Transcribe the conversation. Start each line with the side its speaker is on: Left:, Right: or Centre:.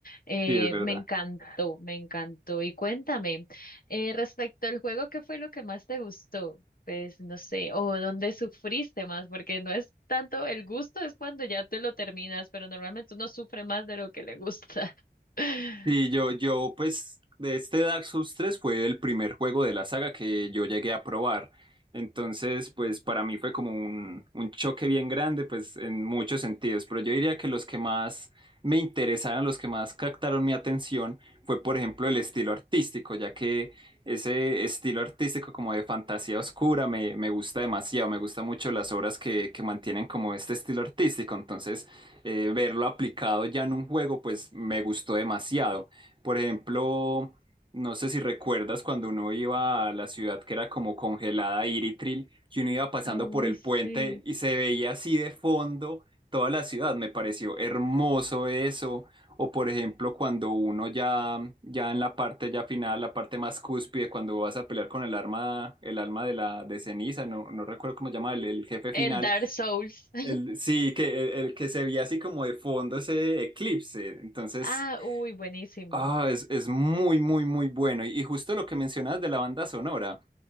Left: Eh,
Right: Sí, es verdad.
Left: me encantó, me encantó. Y cuéntame, eh, respecto al juego, ¿qué fue lo que más te gustó? Pues no sé, o dónde sufriste más, porque no es tanto el gusto, es cuando ya te lo terminas, pero normalmente uno sufre más de lo que le gusta. <laughs>
Right: Y yo, yo, pues, de este Dark Souls 3 fue el primer juego de la saga que yo llegué a probar. Entonces, pues, para mí fue como un, un choque bien grande, pues, en muchos sentidos. Pero yo diría que los que más me interesaron, los que más captaron mi atención, fue, por ejemplo, el estilo artístico, ya que ese estilo artístico como de fantasía oscura me, me gusta demasiado. Me gustan mucho las obras que, que mantienen como este estilo artístico. Entonces, eh, verlo aplicado ya en un juego, pues me gustó demasiado. Por ejemplo, no sé si recuerdas cuando uno iba a la ciudad que era como congelada, Iritril, que uno iba pasando
Left: Ah, Uy,
Right: por el
Left: sí.
Right: puente y se veía así de fondo toda la ciudad. Me pareció hermoso eso. O por ejemplo, cuando uno ya, ya en la parte ya final, la parte más cúspide, cuando vas a pelear con el arma, el alma de la de ceniza, no, no recuerdo cómo se llama, el el jefe final
Left: El Dark Souls. <laughs>
Right: el, sí, que el, el que se veía así como de fondo ese eclipse. Entonces,
Left: Ah, uy, buenísimo.
Right: ah, es, es muy, muy, muy bueno. Y, y justo lo que mencionas de la banda sonora,